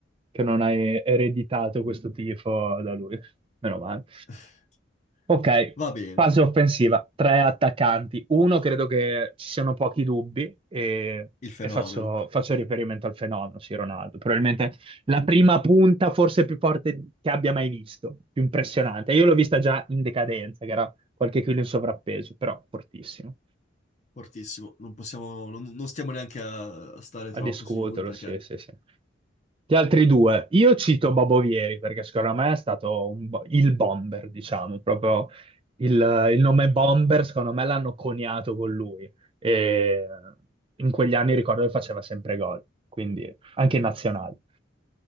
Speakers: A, on the right; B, on the left.
A: che non hai ereditato questo tifo da lui. Meno male.
B: <laughs>
A: Ok,
B: Va bene,
A: fase offensiva, tre attaccanti. Uno credo che ci siano pochi dubbi e,
B: il fenomeno,
A: e faccio, faccio riferimento al fenomeno, sì, Ronaldo. Probabilmente la prima punta forse più forte che abbia mai visto, più impressionante. Io l'ho vista già in decadenza, che era qualche chilo in sovrappeso, però fortissimo.
B: fortissimo. Non possiamo, non, non stiamo neanche a, a stare
A: A
B: troppo
A: discuterlo,
B: su di lui perché
A: sì, sì, sì. Gli altri due, io cito Babovieri perché secondo me è stato un bo- il bomber, diciamo, proprio il, il nome bomber, secondo me l'hanno coniato con lui. E in quegli anni ricordo che faceva sempre gol, quindi anche in nazionale,